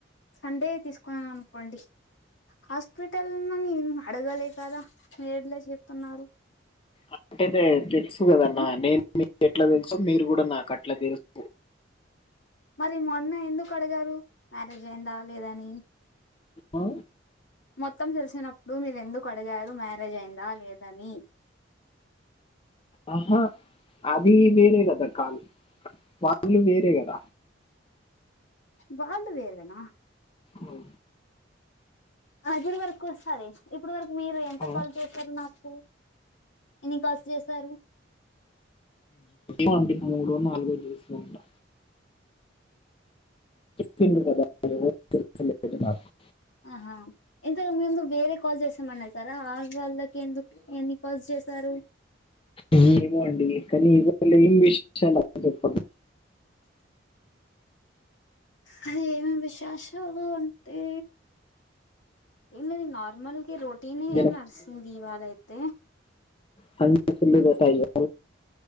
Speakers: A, on the left (about 80°); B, on the left (about 30°).
A: సండే తీసుకున్నాను అనుకోండి హాస్పిటల్ని అడగలే కదా మీడ్లే చెప్తున్నారు
B: అంటేతే తెలుసు కదన్నా
A: ఉమ్,
B: నేను ఎట్లా తెలుసు మీరు కూడా నాకు అట్లా తెలుసు
A: మరి మొన్న ఎందుకు అడిగారు మ్యారేజ్ అయిందా లేదని
B: ఆ
A: మొత్తం తెలిసినప్పుడు మీరు ఎందుకు అడిగారు మ్యారేజ్ అయిందా లేదని
B: ఆహా అది వేరే కద కాళు వాళ్ళు వేరే కద
A: వాళ్ళు వేరేన
B: అవు
A: ఆజరు వరకు వస్తారే ఇప్పుడు వరకు మీరు ఎంత
B: ఆ.
A: కాల్ చేశారు నాకు ఎన్ని కాల్స్ చేసారు
B: వండి మూడ నాలుగో జసు ఉంటా <unintelligible>
A: ఆహా ఎంత వేర కాల్ చేసామని సారా ఆ వాళ్ళకి ఎందుకు ఎన్ని కాల్స్ చేశారు
B: ఏమో అండి కానీ ఇవాళ ఏమి విషషయా అ చెప్ప
A: అది ఏమి విశేషదు అంటే ఏది నార్మల్ ఇ రోటీని
B: నేను
A: నర్సి దివాలా ఇయితే
B: సంల్ద అయ